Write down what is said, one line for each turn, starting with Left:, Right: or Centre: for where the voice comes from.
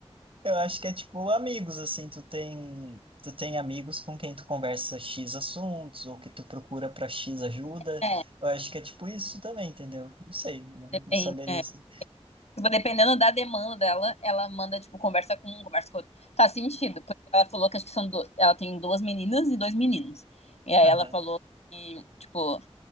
Right: eu acho que é tipo amigos, assim, tu tem, tu tem amigos com quem tu conversa X assuntos, ou que tu procura pra X ajuda.
Left: é,
Right: Eu acho que é tipo isso também, entendeu? Não sei, não,
Left: depende.
Right: não saberia
Left: é.
Right: assim.
Left: Tipo, dependendo da demanda dela, ela manda, tipo, conversa com um, conversa com outro. Faz sentido, porque ela falou que acho que são do... ela tem duas meninas e dois meninos. E aí
Right: Aham.
Left: ela falou que, tipo,